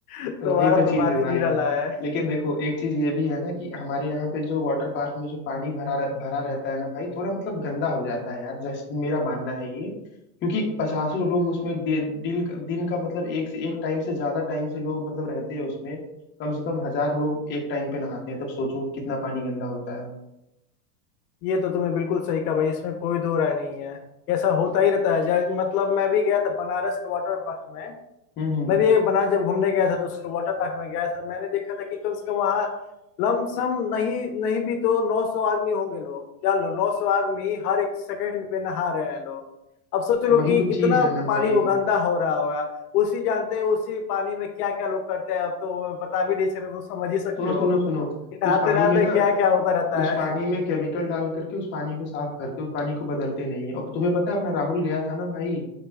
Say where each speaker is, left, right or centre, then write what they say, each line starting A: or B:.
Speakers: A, on the left; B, on the left.
A: तुम्हारा
B: तो वही तो
A: तो
B: चीज
A: बात
B: है भाई
A: ही निराला है
B: लेकिन देखो एक चीज ये भी है ना कि हमारे यहाँ पे जो वाटर पार्क में जो पानी भरा भरा रहता है ना भाई थोड़ा मतलब गंदा हो जाता है यार जैसे मेरा मानना है ये क्योंकि पचासों लोग उसमें डे- दिल दिन का मतलब एक से एक टाइम से ज्यादा टाइम से लोग मतलब रहते हैं उसमें कम से कम हजार लोग एक टाइम पे नहाते हैं तब सोचो कितना पानी गंदा होता है
A: ये तो तुमने बिल्कुल सही कहा भाई इसमें कोई दो राय नहीं है ऐसा होता ही रहता है जा- मतलब मैं भी गया था बनारस के वाटर पार्क में
B: हम्म हम्म
A: मैं भी बनारस जब घूमने गया था तो उसके वाटर पार्क में गया था मैंने देखा था कि कम से कम वहाँ लमसम नहीं नहीं भी तो 900 आदमी होंगे लोग जान लो 900 आदमी हर एक सेकंड पे नहा रहे हैं लोग अब सोच लो
B: वही
A: कि
B: तो
A: कितना
B: चीज है ना
A: पानी
B: भाई
A: वो गंदा हो रहा होगा उसी जानते हैं उसी पानी में क्या क्या लोग करते हैं अब तो वो बता भी नहीं सकते तो समझ ही सकते
B: सुनो सुनो
A: हो
B: सुनो
A: कि नहाते
B: उस पानी
A: नहाते
B: में ना
A: क्या क्या होता रहता
B: उस
A: है
B: पानी में केमिकल डाल करके उस पानी को साफ करते उस पानी को बदलते नहीं है और तुम्हें पता है अपना राहुल गया था ना भाई